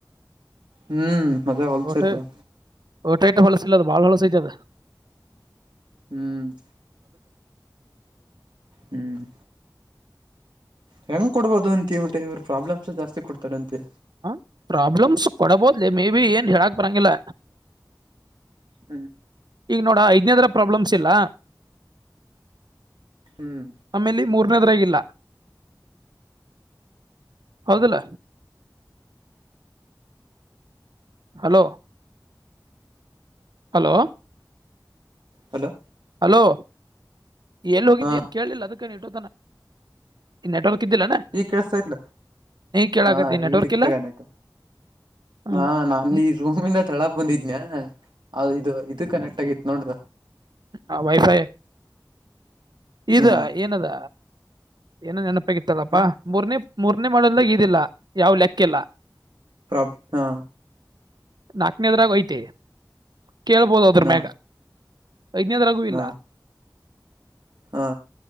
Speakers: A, on the right; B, on the right.
A: ಹ್ಮ್ ಅದೇ ಹೊಲ್ಸತ್ವಾ
B: ಹೊಟೆ ಟೆ ಇಟ ಹೊಳ್ಸಿಲ್ಲದು ಬಾಳ ಹೊಳ್ಸತದ
A: ಹ್ಮ್ ಹ್ಮ್ ಹೆಂಗ್ ಕೊಡ್ಬದು ಅಂತಿ ಮತ್ತೆ ಇವ್ರ ಪ್ರಾಬ್ಲಮ್ಸ್ ಜಾಸ್ತಿ ಕೊಡ್ತಾರೆ ಅಂತಿ
B: ಹ ಪ್ರಾಬ್ಲಮ್ಸ್ ಕೊಡಬೋದ್ಲೆ ಮೇ ಬಿ ಏನ್ ಹೇಳಾಕ್ ಬರಂಗಿಲ್ಲ
A: ಹ್ಮ್
B: ಈಗ ನೋಡ ಐದ್ನೇದ್ರ ಪ್ರಾಬ್ಲಮ್ಸ್ ಇಲ್ಲ
A: ಹ್ಮ್
B: ಆಮೇಲೆ ಮೂರನೇದರಗ ಹೌದಲ್ಲ ಹಲೋ ಹಲೋ
A: ಹಲೋ
B: ಹಲೋ ಎಲ್ಲಿ ಹೋಗಿದ್ದೆ
A: ಹಾ
B: ಏನು ಕೇಳಲಿಲ್ಲ ಅದಕ್ಕೆ ನೆಟ್ವತನ ನೆಟ್ವರ್ಕ್ ಇದ್ದಿಲ್ಲನ
A: ಈಗ್ ಕೇಸ್ತಾಯತ್ಲ
B: ನೀ ಕೇಳಾಕತ್ತಿ
A: ಹಾ
B: ನೆಟ್ವರ್ಕ್
A: ಈಗ ಸಿಕ್ತಗನ್ಯ್ತ
B: ಇಲ್ಲ
A: ಹಾ ನಾ ಈ ರೂಮಿಂದ ತೆಳಾಕ್ ಬಂದಿದನಯ ಅದು ಇದು ಇದು ಕನೆಕ್ಟ್ ಆಗಿತ್ತು ನೋಡ್ರ
B: ಹ ವೈಫೈ ಇದ
A: ಹ್ಮ್
B: ಏನದ ಏನೋ ನೆನಪಾಗಿತ್ತದಪ್ಪಾ
A: ಹ
B: ಮೂರ್ನೇ ಮೂರನೇ ಮಾಡಲ್ಗ ಇದಿಲ್ಲಾ ಯಾವ್ ಲೆಕ್ಕ ಇಲ್ಲ
A: ಪ್ರಬ್ ಹಾ
B: ನಾಕ್ ಗನೆದ್ರಾಗಐತೆ ಕೇಳ್ಬೋದುದ್ರ
A: ನಾ
B: ಮ್ಯಾಗ ಐದನೇದ್ರಗೂ ಇಲ್ಲ
A: ನಾ ಹಾ